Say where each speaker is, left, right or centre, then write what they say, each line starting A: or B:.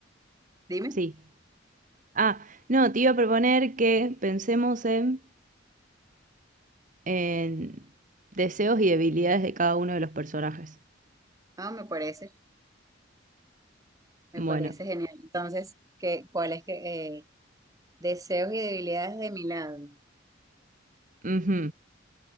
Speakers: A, on the right; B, on the right.
A: dime.
B: sí. Ah, no, te iba a proponer que pensemos en, en deseos y debilidades de cada uno de los personajes.
A: Ah, me parece, me
B: Bueno.
A: parece genial. Entonces, ¿qué, cuáles que eh, deseos y debilidades de mi lado?
B: ujú.